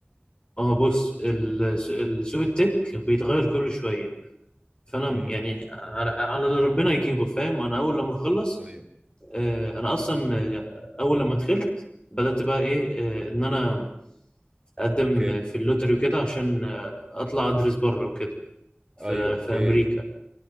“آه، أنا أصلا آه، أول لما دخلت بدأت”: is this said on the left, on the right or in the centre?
Left